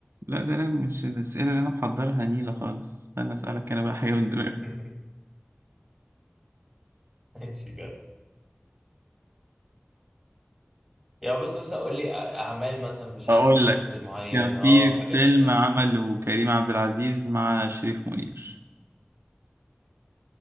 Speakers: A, on the right; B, in the centre.
A: لا ده انا مش الأسئلة اللي انا محضرها نيلة خالص استنى اسألك انا بقى حاجة من دماغي
B: <laughs> ماشي كده يا بس مثلا قول لي أعمال مثلا مش عارف
A: اقول
B: ممثل
A: لك
B: معين
A: كان في
B: اه
A: فيلم
B: حاجات ش... اه
A: عمله كريم عبد العزيز مع شريف منير